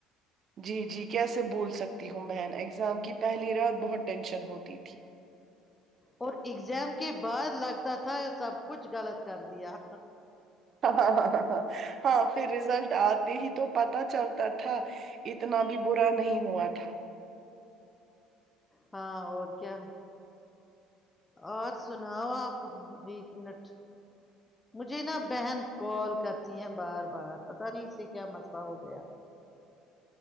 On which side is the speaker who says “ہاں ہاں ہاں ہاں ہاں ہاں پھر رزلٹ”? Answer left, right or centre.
Right